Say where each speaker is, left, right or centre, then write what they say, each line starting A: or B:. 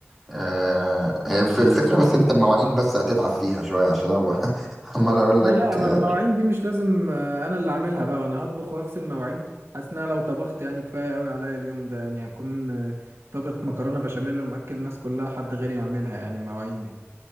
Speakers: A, in the centre; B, on the right (about 75°).
A: آه، هي الف- الفكرة بس انت المواعين بس هتتعب فيها شوية عشان انا ب- <laughs> عمال اقول
B: ما
A: لك
B: لا ما
A: آه،
B: المواعين دي مش لازم آه، انا اللي اعملها بقى وانا هطبخ واغسل مواعين حاسس ان انا لو طبخت يعني كفايه قوي عليا اليوم ده يعني هكون آه، طابخ مكرونه بشاميل ومأكل الناس كلها حد غيري يعملها يعني المواعين دي